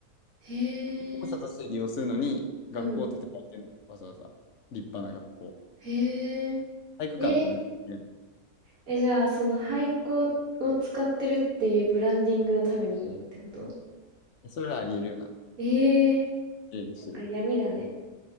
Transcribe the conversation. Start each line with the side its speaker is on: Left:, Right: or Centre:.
Right: へえ、
Left: 仮校舎として利用するのに、学校を建て替えてんのわざわざ。
Right: うん。
Left: 立派な学校。
Right: へえ。
Left: 体育館とかめっちゃ綺麗
Right: え、え、じゃあ、その廃校を使ってるっていうブランディングのためにってこと
Left: ねそれはありえるよな。
Right: ええ、
Left: 綺麗にしてるっていう。
Right: なんか闇だね。